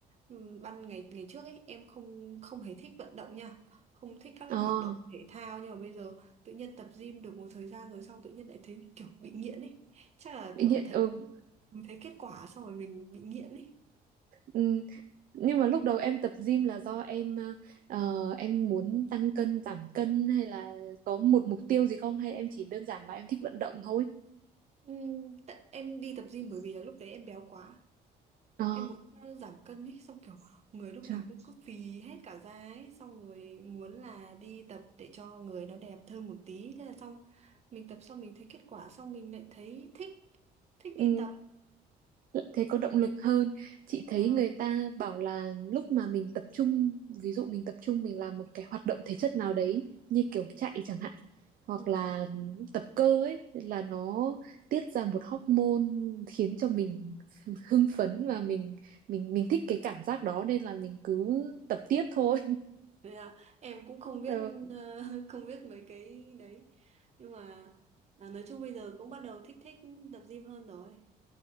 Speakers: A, on the right; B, on the right.
A: Ừ, ban ngày ngày trước ấy em không không hề thích vận động nha không thích các cái
B: ờ
A: hoạt động thể thao nhưng mà bây giờ tự nhiên tập gym được một thời gian rồi xong tự nhiên lại thấy kiểu bị nghiện ấy chắc là
B: bị
A: kiểu
B: nghiện
A: thấy
B: ừ
A: mình thấy kết quả xong rồi mình bị nghiện ấy
B: Ừ, nhưng mà lúc đầu em tập gym là do em ờ, ờ, em muốn tăng cân giảm cân hay là có một mục tiêu gì không hay em chỉ đơn giản là em thích vận động thôi?
A: ừ, tại em đi tập gym bởi vì là lúc đấy em béo quá
B: ờ
A: em muốn ờ, giảm cân ấy xong kiểu người lúc
B: trời.
A: nào cũng cứ phì hết cả da ấy xong rồi muốn là đi tập để cho người nó đẹp hơn một tí thế là xong mình tập xong mình thấy kết quả xong mình lại thấy thích thích đi
B: Ừ,
A: tập
B: lại thấy có động lực hơn chị
A: ừ.
B: thấy người ta bảo là lúc mà mình tập trung ví dụ mình tập trung mình làm một cái hoạt động thể chất nào đấy như kiểu chạy chẳng hạn hoặc
A: Ừ.
B: là tập cơ ấy là nó tiết ra một hormone khiến cho mình hưng phấn và mình mình mình thích cái cảm giác đó nên là mình cứ tập tiếp thôi
A: Đấy là em cũng không biết
B: ừ.
A: ờ, <laughs> không biết mấy cái đấy nhưng mà à, nói chung bây giờ cũng bắt đầu thích thích tập gym hơn rồi